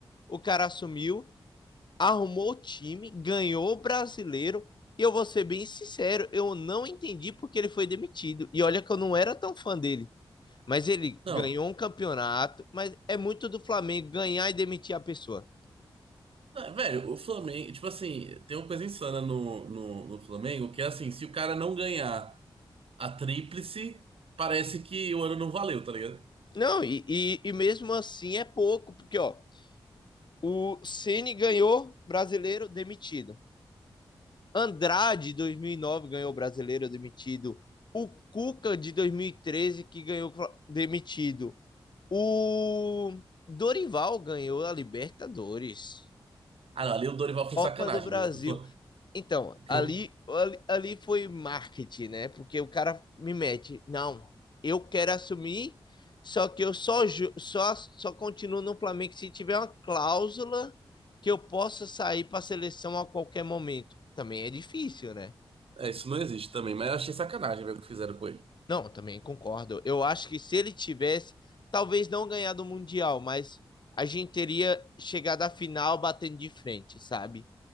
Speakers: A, on the left; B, on the right.
A: O cara assumiu arrumou o time, ganhou o brasileiro. E eu vou ser bem sincero, eu não entendi porque ele foi demitido. E olha que eu não era tão fã dele. Mas ele
B: Não,
A: ganhou um campeonato, mas é muito do Flamengo ganhar e demitir a pessoa.
B: Não, velho, o Flamengo, tipo assim, tem uma coisa insana no, no, no Flamengo, que é assim, se o cara não ganhar a tríplice, parece que o ano não valeu, tá ligado?
A: Não, e, e, e mesmo assim é pouco, porque ó, o Ceni ganhou brasileiro demitido. Andrade, 2009, ganhou brasileiro demitido. O Cuca, de 2013 que ganhou demitido. O Dorival ganhou a Libertadores,
B: Ah, não, ali o Dorival foi
A: Copa
B: sacanagem,
A: do Brasil.
B: meu. que o Fla-
A: Então,
B: o que
A: ali,
B: eu-
A: ali, ali foi marketing, né? Porque o cara me mete, não, eu quero assumir, só que eu só, ju- só, só continuo no Flamengo se tiver uma cláusula que eu possa sair para a seleção a qualquer momento. Também é difícil, né?
B: É, isso não existe também, mas eu achei sacanagem, velho, o que fizeram com ele.
A: Não, também concordo. Eu acho que se ele tivesse, talvez não ganhado o Mundial, mas a gente teria chegado à final batendo de frente, sabe?